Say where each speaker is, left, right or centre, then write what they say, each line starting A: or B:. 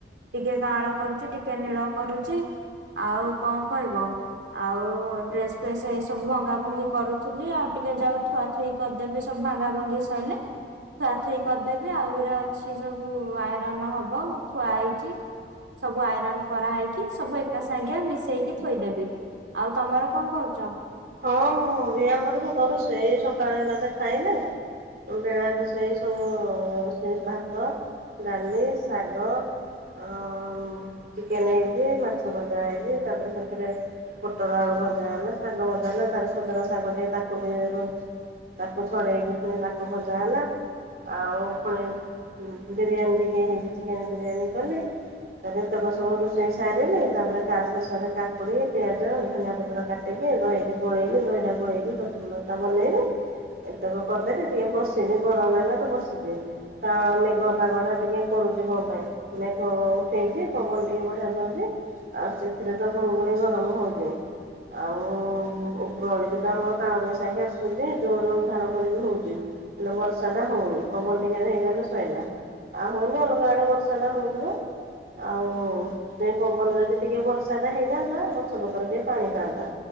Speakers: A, on the right; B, on the right.
A: ଟିକେ କାଁଳ କରୁଚି ଟିକେ ନୀଳ କରୁଚି ଆଉ କଁ କଇଁବ। ଆଉ ଡ୍ରେସ୍ ଫ୍ରେସ୍ ଏଇ ସବୁ ଭଙ୍ଗା ଫଙ୍ଗି କରୁଥିଲି ଆଉ ଟିକେ ଯାଉ ଥୁଆ ଥୁଇ କରିଦେବି ସବୁ ଭାଙ୍ଗା ଭାଙ୍ଗି ସଇଲେ ଥୁଆଥୁଇ କରିଦେବି ଆଉ ଗୁରେ ଅଛି ସବୁ ଆଇରନ ହବ ଥୁଆ ହେଇଚି ସବୁ ଆଇରନ କରାହେଇକି ସବୁ ଏକା ସାଙ୍ଗିଆ ମିଶେଇକି ଥୋଇଦେବି। ଆଉ ତମର କଣ କରୁଚ?
B: ହଁ ମୁଁ ବି ଆମର ରୋସେଇ ସକାଳେ ହେଲାଯେ ଖାଇଲେ ବେଳାରେ ରୋଷେଇ ସବୁ ରୋଷେଇ ଭାତ, ଡାଲି, ଶାଗ ଅମ୍ ଚିକେନ୍ ହେଇଚି ମାଛ ଭଜା ହେଇଚି ତାପରେ ସେଥିରେ ପୁଟଳ ଆଳୁ ଭଜା ହେଲା ଶାଗ ଭଜାହେଲା ତାର ସୁଜୁନା ଶାଗ ଟିକେ ତାକୁବି ରୁ ତାକୁ ଛଡ଼େଇକି ପୁଣି ତାକୁ ଭଜା ହେଲା। ଆଉ ପୁଣି ଉମ୍ ଉମ୍ ବିରିୟାନୀ ଟିକେ ହେଇଚି ଚିକେନ୍ ବିରିୟାନୀ କଲି ତାପରେ ଏତକ ସବୁ ରୋଷେଇ ସାରିଲି ତାପରେ ତା ଶେଷରେ କାକୁଡି଼ ପିଆଜ ଧନିଆ ପତ୍ର କାଟିକି ଟିଏ ଦହିଟେ ଗୋଳେଇଲି ଦହିଟା ଗୋଳେଇଲି କଚୁମ୍ବରଟା ବନେଇଲି ଏତକ କରିଦେଲି ଟିକେ ବସିବି ଗରମ୍ ଲାଗିଲାତ ବସିବି ହଁ ମେଘୁଆ ପାଗଟା ଟିକେ କରୁଚି କଁ ପାଇଁ ମେଘ ଅ ଉଠେଇଚି ପବନ ଟିକେ ବଢ଼ିଆ ଦଉଚି ଆଉ ସେଥିରେତ ଗୁଳୁଗୁଳି ଗରମ ହେଉଚି ଆଉ ଉପର ଅଳିକିତ ଆମର କାଳ ବୈଶାଖୀ ଆସୁଚି ଜୋରେ ଅନ୍ଧାର କରିକି ହଉଚି। ହେଲେ ବର୍ଷାଟା ହଉନି ପବନ ଟିକେ ହେଇଗଲେ ଶଇଲା ଆଉ ହଉନି ଅଲଗା ଆଡ଼େ ବର୍ଷାଟା ହଉଥିବ। ଆଉ ସେପବନ ଯଦି ଟିକିଏ ବର୍ଷାଟା ହେଇଥାନ୍ତା ଗଛପତ୍ର ଟିକେ ପାଣି ପାଆନ୍ତା।